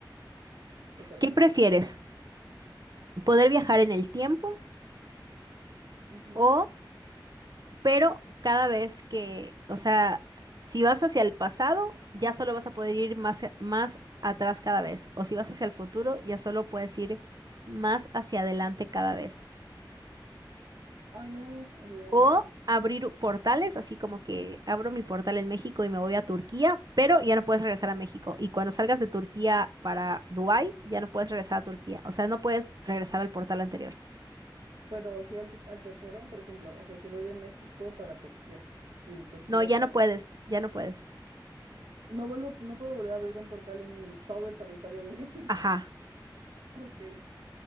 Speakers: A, on the right; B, on the right.
A: Tú puedes.
B: ¿Qué prefieres? ¿Poder viajar en el tiempo
A: Ujú.
B: o pero cada vez que, o sea, si vas hacia el pasado, ya solo vas a poder ir más, a- más atrás cada vez, o si vas hacia el futuro, ya solo puedes ir más hacia adelante cada vez.
A: Ay, no. em,
B: O abrir portales, así como que abro mi portal en México y me voy a Turquía, pero ya no puedes regresar a México. Y cuando salgas de Turquía para Dubái, ya no puedes regresar a Turquía. O sea, no puedes regresar al portal anterior.
A: pero sí al, al tercero, por ejemplo, o sea, si voy de México para Turquía y de Turquía
B: No, ya
A: para...
B: no puedes, ya no puedes.
A: No vuelvo, no puedo volver a abrir un portal en todo el territorio de México.
B: Ajá.
A: <laughs> Ok.